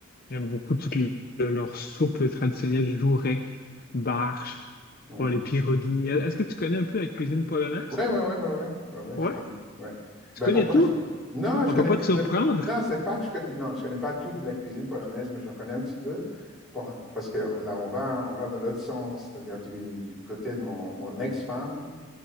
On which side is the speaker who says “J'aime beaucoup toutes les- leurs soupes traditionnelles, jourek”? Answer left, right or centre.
Left